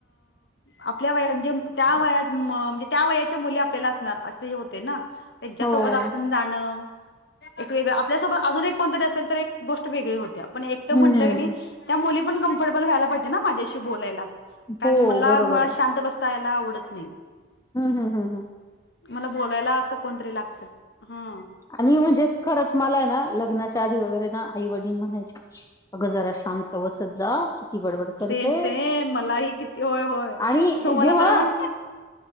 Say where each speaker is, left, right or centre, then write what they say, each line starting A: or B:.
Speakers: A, on the left; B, on the left.
A: -आपल्या वे त्या व म्हणजे त्या व मु आपल्या असणार अस होते ना त्यांच्यासोबत
B: हो.
A: आपण जाण एक वेगळं आपल्यासोबत अजून एक कोणतरी असेल तर एक गोष्ट वेगळी होत्या पण एकट म्हटलं
B: हं, हं.
A: क त्या मुली पण कम्फर्टेबल व्हायला पाहिजे ना माझ्याशी बोलायला कारण
B: हो,
A: मुला
B: बरोबर
A: मुळात शांत बस यला आवडत नाही.
B: हम्म - हम्म - हम्म - हम्म.
A: मला बोलायला असं कोणतरी लागत हा.
B: आणि म्हणजे खरंच मला आहे ना. लग्नाच्या आधी वगैरे ना आई वडील म्हणायचे अगं जरा शांत बसत जा किती बडबड करते.
A: सेम सेम मलाही किती होय होय
B: आणि
A: मला
B: जेव्हा
A: तर म्हण